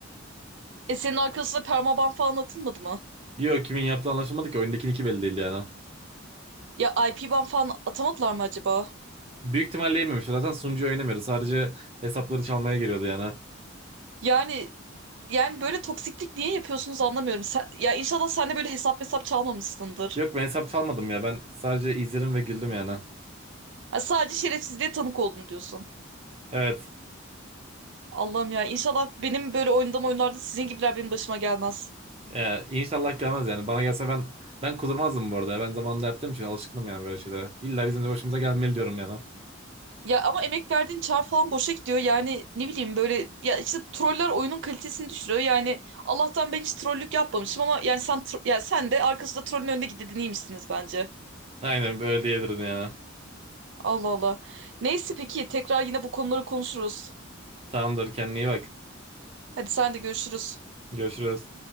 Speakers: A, on the right; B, on the right.
A: E senin arkasına permaban falan atılmadı mı?
B: Yok kimin yaptığı anlaşılmadı ki oyundakinin iki belli değil yani.
A: Ya IP ban falan atamadılar mı acaba?
B: Büyük ihtimalle yememiş. Zaten sunucu oynamıyordu. Sadece hesapları çalmaya geliyordu yani.
A: Yani yani böyle toksiklik niye yapıyorsunuz anlamıyorum. Sen- ya inşallah sen de böyle hesap hesap çalmamışsındır.
B: Yok ben hesap çalmadım ya. Ben sadece izledim ve güldüm yani.
A: Ha, sadece şerefsizliğe tanık oldum diyorsun.
B: Evet.
A: Allah'ım ya inşallah benim böyle oynadığım oyunlarda sizin gibiler benim başıma gelmez.
B: Ya, inşallah gelmez yani. Bana gelse ben ben kudurmazdım bu arada. ya. Ben zamanında yaptığım için alışkınım yani böyle şeylere. İlla bizim de başımıza gelmeli diyorum yani.
A: Ya ama emek verdiğin çağ falan boşa gidiyor. Yani ne bileyim böyle ya işte troller oyunun kalitesini düşürüyor. Yani Allah'tan ben hiç trollük yapmamışım ama yani sen tro- ya sen de arkasında trollün önünde gidedin iyiymişsiniz bence.
B: Aynen böyle diyebilirim yani.
A: Allah Allah. Neyse peki tekrar yine bu konuları konuşuruz.
B: Tamamdır kendine iyi bak.
A: Hadi sen de görüşürüz.
B: Görüşürüz.